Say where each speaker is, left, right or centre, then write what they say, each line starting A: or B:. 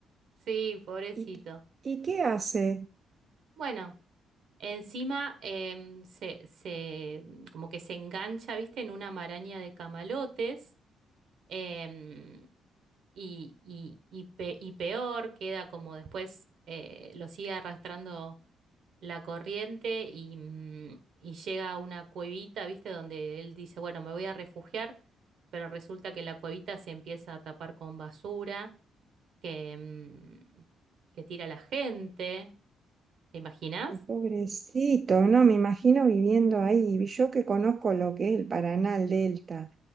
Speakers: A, on the right; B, on the right.
A: sí, pobrecito.
B: ¿Y, y qué hace?
A: Bueno, encima em, se, se- como que se engancha, viste, en una maraña de camalotes. em, y, y- y pe- y peor, queda como después eh, lo sigue arrastrando la corriente y, mm, y llega a una cuevita, ¿viste? Donde él dice, bueno, me voy a refugiar, pero resulta que la cuevita se empieza a tapar con basura que, mm, que tira la gente. ¿Te imaginas?
B: Ay, pobrecito, no, me imagino viviendo ahí. Y Yo que conozco lo que es el Paraná, el Delta